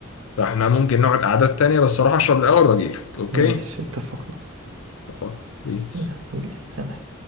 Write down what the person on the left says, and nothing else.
فإحنا ممكن نقعد قعدات تانية بس أروح أشرب الأول وأجيلك أوكي؟
اتفقنا بيس